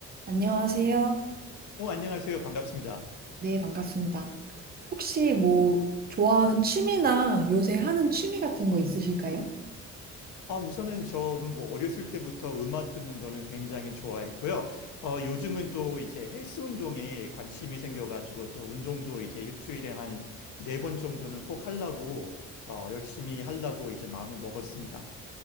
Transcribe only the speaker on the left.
어, 안녕하세요. 반갑습니다.
아, 우선은 저는 뭐 어렸을 때부터 음악 듣는 거는 굉장히 좋아했고요. 어, 요즘은 또 이제 헬스 운동에 관심이 생겨가지고 또 운동도 이제 일주일에 한 네 번 정도는 꼭 하려고, 어, 열심히 하려고 이제 마음을 먹었습니다.